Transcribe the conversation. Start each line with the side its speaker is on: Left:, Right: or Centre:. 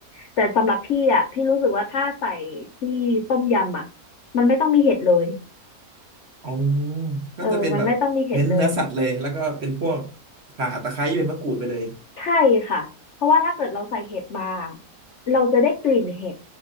Left: แต่สำหรับพี่อ่ะพี่รู้สึกว่าถ้าใส่ที่ต้มยำอ่ะมันไม่ต้องมีเห็ดเลย
Right: อ๋อก็จะเป็นแบบเน้นเนื้อสัตว์เลยแล้วก็เป็นพวก
Left: เออมันไม่ต้องมีเห็ดเลย
Right: ข่าตะไคร้เป็นมะกรูดไปเลย
Left: ใช่ค่ะ เพราะว่าถ้าเกิดเราใส่เห็ดมาเราจะได้กลิ่นเห็ด